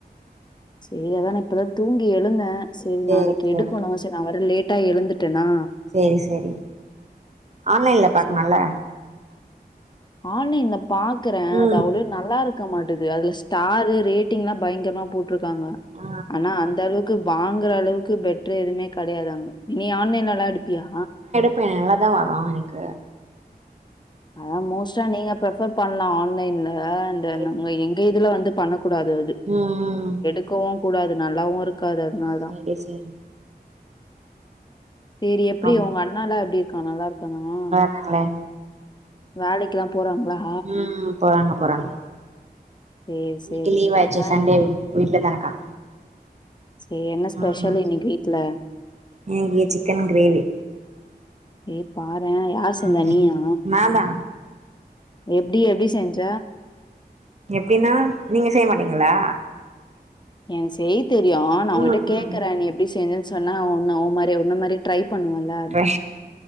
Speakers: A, on the left (about 25°); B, on the right (about 40°).
A: சரி அதானா இப்பதா தூங்கி எழுந்தே சரி
B: சேரி
A: நாளைக்கு
B: சேரி
A: எடுக்கணு சரி நா வேற லேட்டா எழுந்துட்டனா
B: சேரி செரி ஆன்லைன்ல பாக்கலால்ல
A: சரி ஆன்லைன்ல பாக்குறே
B: ம்
A: அது அவ்ளோ நல்லா இருக் க மாட்டுது அதுல ஸ்டாரு ரேட்டிங்ல்லா பயங்கரமா போட்ருக்காங்க
B: ஆ
A: ஆனா அந்த அளவுக் க்கு வாங்குற அளவுக்கு பெட்ரே எதுவுமே கெடையாதாங் நீ ஆன்லைன்ல எல்லா எடுப்பியா
B: இப்ப யெல்லாரு தா வராங் எனகு
A: அ மோஸ்ட்டா நீங்க பிரஃபர் பண்லா ஆன்லைன்ல இந்த
B: சேரி
A: நங்க
B: சேரி
A: எங்க இதுல வந்துப் பண்ணக்கூடாது அது
B: ம் ம்
A: க்கவும் கூடாது நல்லாவு இருக்காது அதனால் தா
B: சேரி சேரி
A: செரி எப்டி
B: அம்
A: உங்க அண்ணாலா எப்டிருக்கா நல்லா இருக்கானா
B: காங்களே
A: வேலைக்கெல்லா போறாங்ளா
B: ம் போறாங்க போறாங்க
A: சரி,
B: இன்னைக்கு
A: சரி.
B: லீவாச்சே
A: ஆ.
B: சண்டே வீட்ல தான் இருக்கா
A: சே என்ன ஸ்பெஷல்
B: ம்
A: இன்னைக்கு வீட்ல
B: இன்னைக்கு சிக்கன் கிரேவி
A: ஏ பாரே யார் செஞ்சா
B: ம்
A: நீயா
B: நான்தா
A: எப்டி எப்டி செஞ்ச
B: எப்டினா நீங்க செய்ய மாட்டீங்ளா
A: எனக் செய்ய தெரியு நா
B: ம்
A: உங்கிட்ட கேக்குறே
B: ம்
A: நீ எப்டி செஞ் சொன்னா நா ஒ ஒமாரி ஒன்ன மாரி ட்ரை பண்ணுவன்ல
B: ட்ரை